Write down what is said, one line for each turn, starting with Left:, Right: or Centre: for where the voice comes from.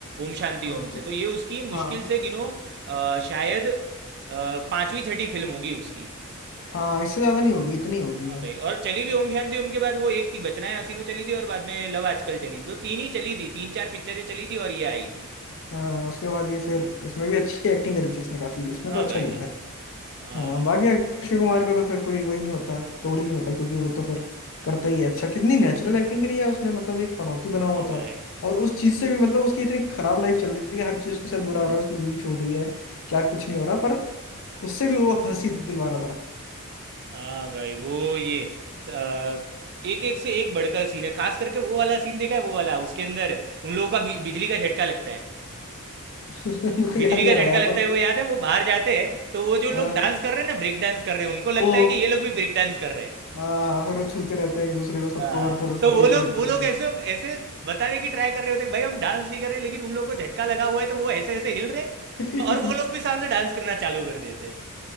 Right: ओम शांति
Left: हाँ
Right: ओम
Left: तो
Right: से तो ये उसकी मुश्किल
Left: हाँ
Right: से गिनो अ, शायद अ, पांचवी छठी फिल्म होगी उसकी
Left: हाँ इससे ज्यादा नहीं होगी इतनी होगी
Right: हाँ
Left: है
Right: भाई और चली भी ओम शांति ओम के बाद वो एक थी बचनाएं हसीनो चली थी और बाद में लव आजकल चली थी तो तीन ही चली थी तीन चार पिक्चरें चली थी और ये आई थी
Left: हाँ उसके बाद ये फिर इसमें भी अच्छी एक्टिंग करी थी इसने काफी इसमें
Right: हाँ
Left: तो अच्छा
Right: भाई
Left: किया
Right: हाँ
Left: था
Right: हाँ
Left: हाँ बाकी
Right: भाई
Left: अक्षय कुमार का तो फिर कोई वही नहीं होता तोड़ ही नहीं होता क्योंकि वो तो फिर करता ही है अच्छा कितनी नेचुरल एक्टिंग करी है उसने मतलब एक पनौती बना
Right: हाँ
Left: हुआ
Right: भाई
Left: था और उस चीज से भी मतलब उसकी इतनी खराब लाइफ चल रही है हर चीज उसके साथ बुरा हो रहा है उसकी बीवी छोड़ रही है क्या कुछ नहीं हो रहा पर उससे भी वो हंसी दिलवा रहा था
Right: हाँ भाई वो ये आ, एक एक से एक बढ़कर सीन है खास करके वो वाला सीन देखा है वो वाला उसके अंदर उन लोगों का बि- बिजली का झटका लगता है
Left: <laughs> मेरे को
Right: बिजली
Left: याद नहीं
Right: का
Left: आ रहा
Right: झटका
Left: यार
Right: लगता
Left: पर
Right: है वो याद है वो बाहर जाते
Left: <laughs>
Right: हैं तो वो जो
Left: हाँ
Right: लोग डांस कर रहे हैं ना ब्रेक डांस कर रहे हैं उनको लगता
Left: ओ
Right: है कि ये लोग भी ब्रेक डांस कर रहे हैं
Left: हाँ फिर वो छूते रहते हैं एक दूसरे को सबको
Right: आ,
Left: और फिर
Right: तो
Left: सबको
Right: वो
Left: ये
Right: लोग
Left: लगता
Right: वो
Left: था
Right: लोग
Left: यार।
Right: ऐसे ऐसे बताने की ट्राई कर रहे होते हैं कि भाई हम डांस नहीं कर रहे लेकिन उन लोगों को झटका लगा हुआ है तो वो ऐसे ऐसे हिल रहे हैं।
Left: <laughs>
Right: तो और वो लोग भी सामने डांस करना चालू कर देते हैं।